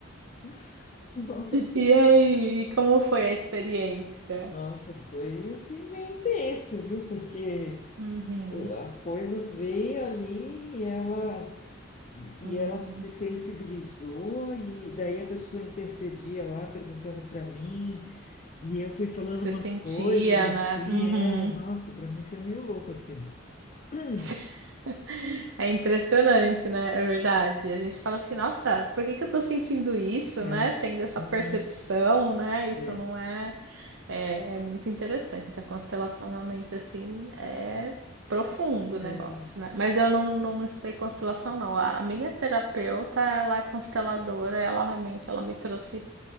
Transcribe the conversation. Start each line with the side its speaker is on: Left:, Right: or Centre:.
Left: <laughs>
Right: E aí, como foi a experiência?
Left: Nossa, foi assim meio intenso, viu? Porque
Right: Uhum.
Left: eh, a coisa veio ali e ela, e,
Right: Uhum.
Left: e ela se
Right: O
Left: sensibilizou, e daí a pessoa intercedia lá perguntando para mim, e eu fui falando
Right: que que você
Left: umas
Right: sentia,
Left: coisas assim,
Right: né? Uhum.
Left: é, nossa, para mim foi meio louco aquilo. Uhum.
Right: <laughs> É impressionante, né? É verdade. A gente fala assim, nossa, por que que eu tô sentindo isso,
Left: É,
Right: né? Tendo essa
Left: uhum,
Right: percepção, né? Isso
Left: é.
Right: não é... É, é muito interessante. A constelação realmente, assim, é profundo o negócio,
Left: é, é.
Right: né? Mas eu não, não estudei constelação, não. A minha terapeuta, ela é consteladora, ela realmente, ela me trouxe